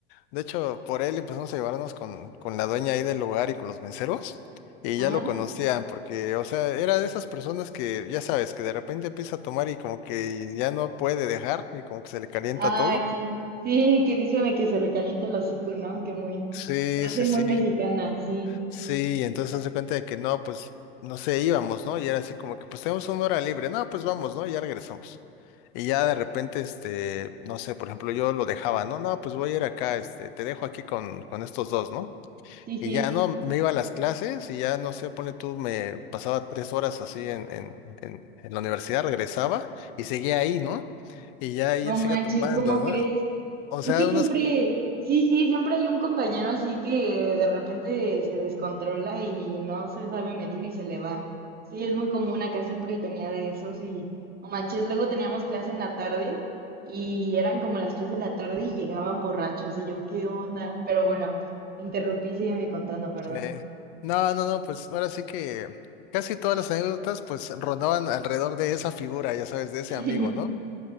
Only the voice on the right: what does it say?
<laughs> Ajá.
Ay, sí. Sí, que dicen de que se le calienta el hocico, ¿no? Que muy,
frase
muy mexicana, sí.
Sí, sí.
No
manches,
¿cómo crees?
Es que
siempre, sí, sí, siempre hay un compañero así que de repente se descontrola y no se sabe medir y se le va. Sí, es muy común, acá siempre tenía de esos y, no manches, luego teníamos clase en la tarde y eran como las 3 de la tarde y llegaban borrachos y yo, ¿qué onda? Pero bueno, te interrumpí, sígueme contando, perdón.
<laughs>